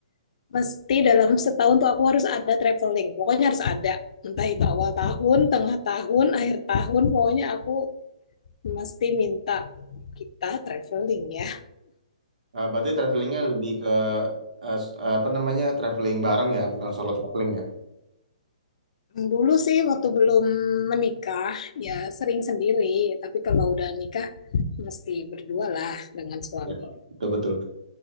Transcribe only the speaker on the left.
mesti dalam setahun tuh aku harus ada traveling. Pokoknya harus ada. Entah itu awal tahun, tengah tahun, akhir tahun. Pokoknya aku mesti minta kita traveling ya
Dulu sih waktu belum menikah ya sering sendiri, tapi kalau udah nikah mesti berdua lah dengan suami.